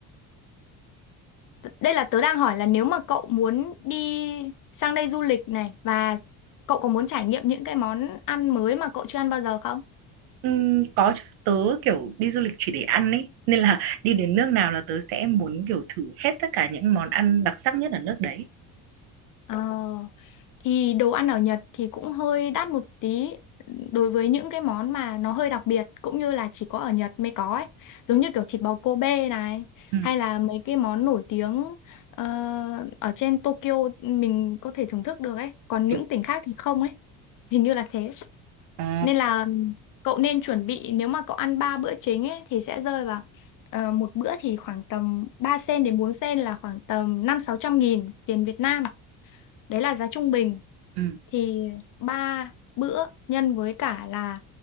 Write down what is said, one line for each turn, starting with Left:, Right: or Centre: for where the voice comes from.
Left: Đây là tớ đang hỏi là nếu mà cậu muốn đi sang đây du lịch này và cậu có muốn trải nghiệm những cái món ăn mới mà cậu chưa ăn bao giờ không?
Right: Ừm, có chứ, tớ kiểu đi du lịch chỉ để ăn ấy nên là đi đến nước nào là tớ sẽ muốn kiểu thử hết tất cả những món ăn đặc sắc nhất ở nước đấy
Left: Ờ, thì đồ ăn ở Nhật thì cũng hơi đắt một tí đối với những cái món mà nó hơi đặc biệt cũng như là chỉ có ở Nhật mới có ấy. Giống như kiểu thịt bò Kobe này
Right: ừ
Left: hay là mấy cái món nổi tiếng ờ, ở trên Tokyo mình có thể thưởng thức được ấy. Còn
Right: Kiểu
Left: những tỉnh khác thì không ấy. Hình như là thế.
Right: ờ
Left: Nên là cậu nên chuẩn bị nếu mà cậu ăn 3 bữa chính ấy thì sẽ rơi vào ờ, một bữa thì khoảng tầm 3 sen đến 4 sen là khoảng tầm năm sáu trăm nghìn tiền Việt Nam. Đấy là giá trung bình
Right: ừ
Left: thì 3 bữa nhân với cả là